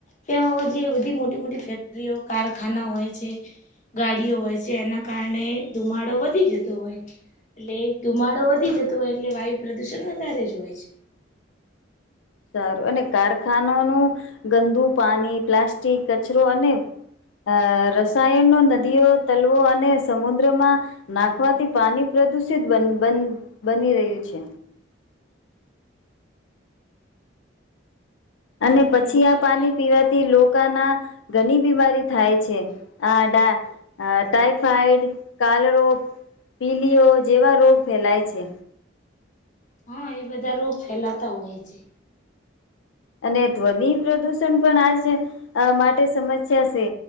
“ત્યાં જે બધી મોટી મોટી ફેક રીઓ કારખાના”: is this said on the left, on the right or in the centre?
Left